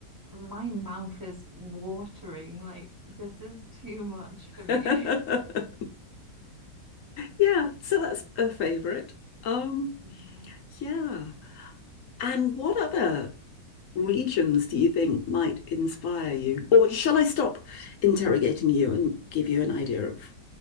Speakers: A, on the right; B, on the left.
A: my mouth is watering. Like, this is too much for
B: <laughs>
A: me. <laughs>
B: Yeah, so that's a favorite. Um,
A: Yeah.
B: yeah. And what other regions do you think might inspire you? Or shall I stop interrogating you and give you an idea of